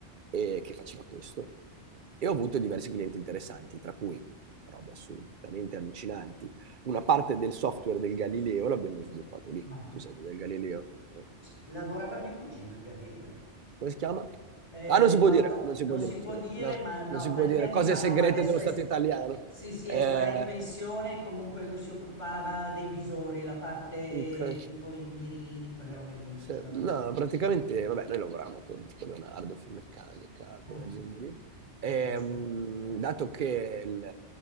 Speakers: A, on the right; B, on the left.
A: eh, che faceva questo e ho avuto diversi clienti interessanti, tra cui robe assolutamente allucinanti. Una parte del software del Galileo l'abbiamo sviluppato lì.
B: ma dai.
A: Tu sai cos'è il Galileo? no?
B: C- Lavorava mio cugino in Galileo.
A: Come si chiama?
B: Eh,
A: Ah, non si può
B: ma
A: dire,
B: ta-
A: non si
B: non
A: può dire,
B: si può
A: scusa.
B: dire,
A: No,
B: ma no,
A: non si
B: tanti
A: può dire.
B: anni
A: Cose
B: fa
A: segrete
B: no, ma adesso
A: dello
B: è,
A: Stato italiano.
B: sì, sì,
A: Eh,
B: è stra in pensione, comunque lui si occupava dei visori, la parte
A: ok.
B: tipo i mirini, quelle robe lì, faceva
A: Se-
B: tutta
A: no,
B: quella
A: praticamente,
B: parte lì. Mm.
A: vabbè, noi lavoravamo con tipo Leonardo, Finmeccanica, quelle
B: Ah,
A: aziende
B: vedi,
A: lì.
B: le
A: E,
B: conosco
A: mh,
B: tutte, chiaro.
A: dato che il,